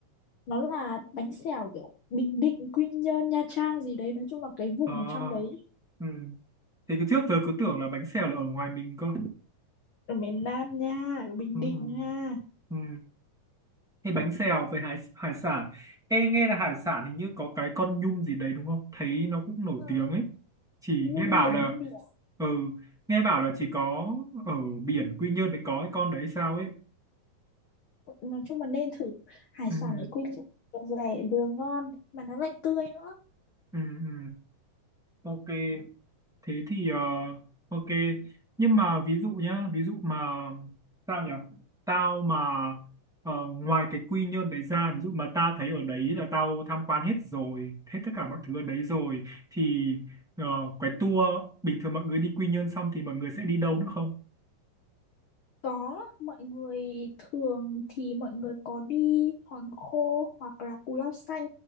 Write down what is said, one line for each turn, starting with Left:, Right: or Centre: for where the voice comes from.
Left: nó là bánh xèo kiểu Bình Định Quy Nhơn Nha Trang gì đấy nói chung là cái vùng
Centre: Ờ,
Left: ở trong đấy
Centre: ừ. Thế cứ trước giờ cứ tưởng là bánh xèo là ở ngoài mình cơ.
Left: ở miền Nam nha ở Bình
Centre: Ừ,
Left: Định
Centre: ừ,
Left: nha
Centre: ừ. Thế bánh xèo về hải, hải sản. Ê, nghe là hải sản hình như có cái con nhum gì đấy đúng không? Thấy nó cũng nổi
Left: ừ.
Centre: tiếng ấy. Chỉ
Left: nhung
Centre: nghe bảo
Left: biển
Centre: là,
Left: nhung biển
Centre: ừ, nghe bảo là chỉ có ở biển Quy Nhơn mới có cái con đấy sao ấy.
Left: nói chung là nên thử hải
Centre: Ừ,
Left: sản
Centre: ừ,
Left: ở Quy Nhơn vừa rẻ vừa ngon mà nó lại tươi nữa
Centre: ừ, ừ. Ok, thế thì ờ, ok nhưng mà ví dụ nhá ví dụ mà sao nhỉ tao mà ờ, ngoài cái Quy Nhơn đấy ra ví dụ mà tao thấy ở đấy là tao tham quan hết rồi hết tất cả mọi thứ ở đấy rồi thì ờ, cái tour bình thường mọi người đi Quy Nhơn xong thì mọi người sẽ đi đâu nữa không
Left: Có, mọi người thường thì mọi người có đi hòn khô hoặc là cù lao xanh.